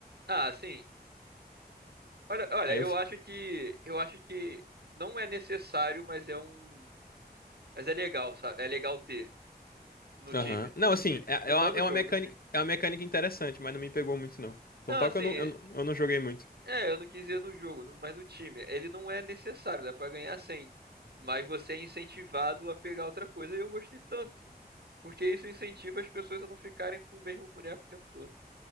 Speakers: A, on the right; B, on the left.
A: Ah, sim. Olha, olha,
B: Aí
A: eu
B: eu. fi-
A: acho que eu acho que não é necessário, mas é um, mas é legal, sabe? É legal ter no
B: Aham.
A: time,
B: Não,
A: no, no
B: assim,
A: time,
B: é,
A: No-
B: é uma,
A: não no
B: é
A: jogo,
B: uma mecânica,
A: no time.
B: é uma mecânica interessante, mas não me pegou muito, não. Então,
A: Não,
B: tal
A: assim,
B: que eu não, eu não eu não joguei muito.
A: É, eu não quis dizer no jogo, no- mas no time. Ele não é necessário, dá pra ganhar 100. Mas você é incentivado a pegar outra coisa. E eu gostei tanto. Porque isso incentiva as pessoas a não ficarem com o mesmo boneco o tempo todo.